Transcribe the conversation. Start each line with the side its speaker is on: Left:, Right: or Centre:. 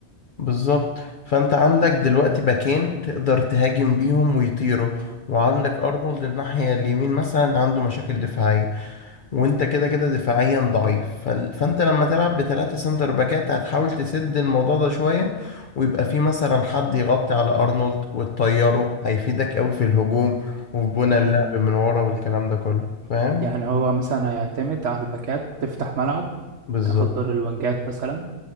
Left: بالظبط فانت عندك دلوقتي باكين تقدر تهاجم بيهم ويطيروا وعندك ارنولد الناحية اليمين مثلا عنده مشاكل دفاعية وانت كده كده دفاعيا ضعيف فال- فانت لما تلعب بثلاثة سنتر باكات هتحاول تسد الموضوع ده شوية ويبقى في مثلا حد يغطي على ارنولد وتطيره هيفيدك قوي في الهجوم وفي بنى
Right: امم
Left: اللعب من ورا والكلام ده كله فاهم
Right: يعني هو مثلا هيعتمد على الباكات تفتح ملعب
Left: بالظبط
Right: تاخد دور الوينجات مثلا